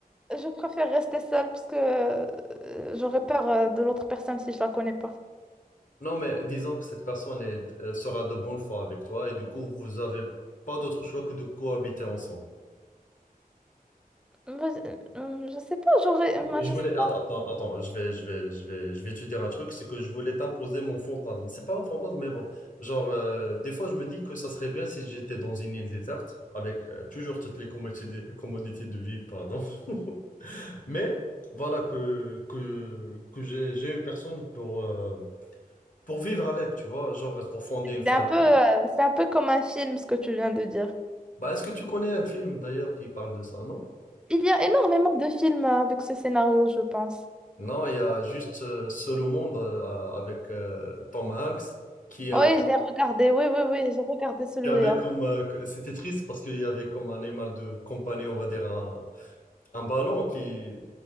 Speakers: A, in the centre; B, on the left.
A: Je préfère rester seule parce que euh, j'aurais peur euh, de l'autre personne si je la connais pas.
B: Non, mais disons que cette personne est, euh, sera de bonne foi avec toi et du coup, vous avez pas d'autre choix que de cohabiter ensemble.
A: Mais, euh, je sais pas, j'aurais, euh, moi,
B: Je
A: je
B: voulais,
A: sais
B: attends,
A: pas.
B: attends, attends, je vais, je vais, je vais, je vais te dire un truc, c'est que je voulais t'imposer mon fantasme. C'est pas un fantasme, mais bon. Genre, euh, des fois, je me dis que ça serait bien si j'étais dans une île déserte, avec euh, toujours toutes les commodités, commodités de vie, pardon. <laughs> Mais voilà que, que, que j'ai, j'ai une personne pour, euh, pour vivre avec, tu vois, genre pour fonder une famille.
A: C'est un peu, euh, c'est un peu comme un film ce que tu viens de dire.
B: Bah, est-ce que tu connais un film d'ailleurs qui parle de ça, non?
A: Il y a énormément de films euh, avec ce scénario, je pense.
B: Non, il y a juste euh, Seul au monde euh, avec euh, Tom Hanks qui
A: Oui,
B: a
A: je l'ai regardé. Oui, oui, oui, j'ai regardé celui-là.
B: Il y avait comme, euh, que- c'était triste parce qu'il y avait comme un animal de compagnie, on va dire un, un ballon qui,